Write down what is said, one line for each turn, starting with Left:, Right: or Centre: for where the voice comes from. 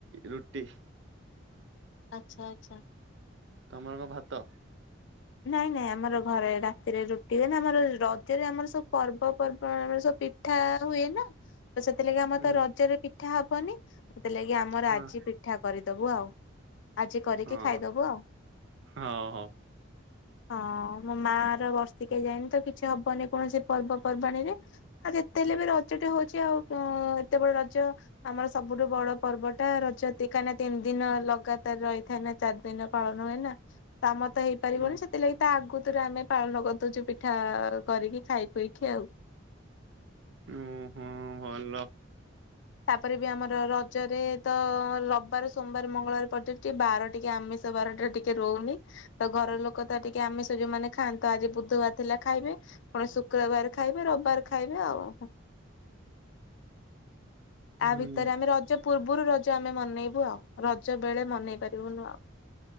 Right: ରୁଟି।
Left: ଆଚ୍ଛା ଆଚ୍ଛା।
Right: ତମର କଣ ଭାତ?
Left: ନାଇଁ ନାଇଁ ଆମର ଘରେ ରାତିରେ ରୁଟି ହୁଏ ନା ଆମର ରଜରେ ଆମର ସବୁ ପର୍ବପର୍ବଣୀରେ ଆମର ସବୁ ପିଠା ହୁଏ ନା ତ ସେଥିଲାଗି ଆମର
Right: ହୁଁ
Left: ତ ରଜରେ ପି ଠା ହବନି। ସେଥିଲାଗି ଆମର
Right: ହଁ।
Left: ଆଜି ପିଠା କରିଦବୁ ଆଉ। ଆଜି କରିକି
Right: ହଁ
Left: ଖାଇଦବୁ ଆଉ।
Right: ହଁ ହଁ।
Left: ହଁ ମୋ ମା ର ବର୍ଷିକା ଯାଇନି ତ କିଛି ହବନି କୌଣସି ପର୍ବପର୍ବାଣୀରେ ଆଉ ଯେତେ ହେଲେ ବି ରଜଟେ ହଉଛି ଆଉ ଏତେ ବଡ ରଜ ଆମର ସବୁଠୁ ବଡ ପର୍ବଟା ରଜ ଦିକା ତିନି ଦିନ ଲଗାତାର ରହିଥାଏ ନା ଚାରି ଦିନ ପାଳନ ହୁଏନା ତାମ ତ ହେଇ କରିବନି
Right: ହୁଁ।
Left: ସେଥିଲାଗି ତା ଆଗୁତୁରା ଆମେ ପାଳନ କରିଦଉଛୁ ପିଠା କରିକି ଖାଇ ପିଇକି ଆଉ।
Right: ଉଁ ହୁଁ ଭଲ।
Left: ତାପରେ ବି ଆମର ରଜରେ ତ ରବିବାର ସୋମବାର ମଙ୍ଗଳବାର ପଡିଯାଉଛି ବାର ଟିକେ ଆମିଷ ବାରଟାରେ ଟିକେ ରହୁନି ତ ଘର ଲୋକ ତ ଟିକେ ଆମିଷ ଯୋଉମାନେ ଖାଆନ୍ତା ଆଜି ବୁଧବାର ଥିଲା ଖାଇବେ ପୁଣି ଶୁକ୍ରବାର ଖାଇବେ ରବିବାର ଖାଇବେ ଆଉ। ଏହା
Right: ହୁଁ।
Left: ଭିତରେ ଆମେ ରଜ ପୂର୍ବରୁ ରଜ ଆମେ ମନେଇବୁ ଆଉ ରଜ ବେଳେ ମନେଇ ପାରିବୁନୁ ଆଉ।